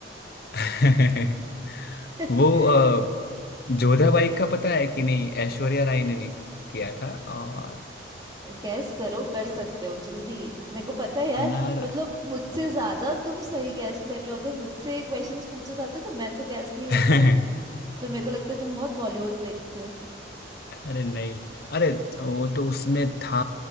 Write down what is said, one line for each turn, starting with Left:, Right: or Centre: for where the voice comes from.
Left: <laughs>
Right: <laughs>
Left: वो अ, जोधाबाई का पता है कि नहीं ऐश्वर्या राय ने नहीं किया था और
Right: गैस करो कर सकते हो जल्दी मेरे को पता है यार
Left: अनार
Right: मतलब मुझसे ज्यादा तुम सही गैस कर रहे हो अगर मुझसे ये क्वेश्चंस पूछे जाते तो मैं तो गैस नहीं
Left: <laughs>
Right: कर पाती पर मेरे को लगता है तुम बहुत बॉलीवुड देखते हो
Left: अरे नहीं अरे वो तो उसमें था